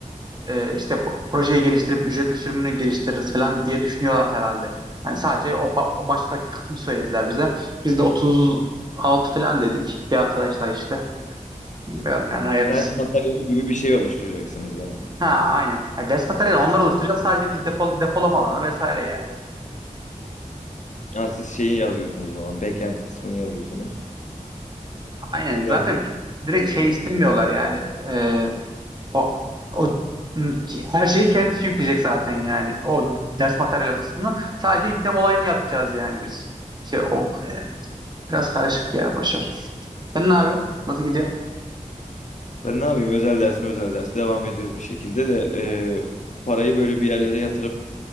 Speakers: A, on the right; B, on the left.
A: e, işte po- projeyi geliştirip ücretli sürümünü geliştiririz falan diye düşünüyorlar herhalde. Yani sadece o, ba- o baştaki kısmı söylediler bize. Biz de 36 falan dedik bir arkadaşla işte. Bilmiyorum yani hayırlısı.
B: Ders materyali gibi bir şey oluşturacaksınız yani.
A: Ha aynen. Yani ders materyali onlar oluşturacak sadece biz depo, depolama alanı vesaire yani.
B: Ha, siz şeyi yazıyorsunuz o zaman. Backend kısmını yazıyorsunuz.
A: Aynen
B: Frontend
A: zaten pi- direkt
B: oluyor.
A: şey istemiyorlar yani. Ee, o o m, ki- her şeyi kendisi yükleyecek zaten yani. O ders materyali kısmını sadece yükleme olayını yapacağız yani biz. Şey o e, Biraz karışık ya boş ver. Sen ne yapıyorsun? Nasıl gidiyor?
B: Ben ne yapayım? Özel ders mi özel ders? Devam ediyoruz bir şekilde de e, parayı böyle bir yerlere yatırıp